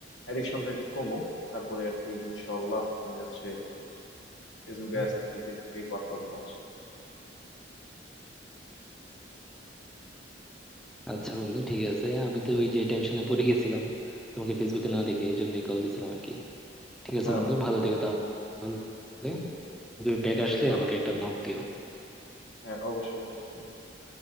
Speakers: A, on the left (about 80°); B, in the centre.
A: অ্যাডিকশনটা একটু কমুক তারপরে আর কি ইনশাল্লাহ আমি হচ্ছে ফেসবুকে
B: হুম।
A: আসতেছি ফেসবুকেই কথা হবে তোমার সাথে
B: আচ্ছা বন্ধু ঠিক আছে আমি তো ওই যে টেনশনে পড়ে গেছিলাম তোমাকে ফেসবুকে না দেখে এই জন্যই কল দিছিলাম আর কি ঠিক আছে
A: না
B: বন্ধু
A: না টেনশন
B: ভালো থেকো
A: নেই,
B: তাহলে ব্যাগ
A: তুমি
B: আসলে
A: ভালো
B: আমাকে
A: থাকো
B: একটা নক দিও
A: হ্যাঁ অবশ্যই অবশ্যই